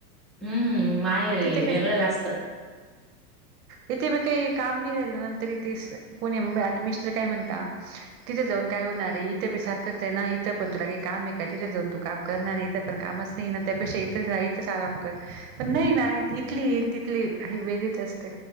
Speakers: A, in the centre; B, on the right.
A: हम्म हम्म नाही रे
B: तिथे
A: वेगळं
B: काय
A: जास्त.
B: इथे वेगळे काम नाही राहिलं. ते कोणी आता मिस्टर काय म्हणत‌ तिथं जाऊन काय होणार आहे इथं बी सारखंच आहे ना इथं पण तुला काही काम आहे का तिथे जाऊन तू काम करणार. ण कामच नाही त्यापेक्षाेतच राच आराम कर पण नाही ना इथली. किली ह वेगळीच असते.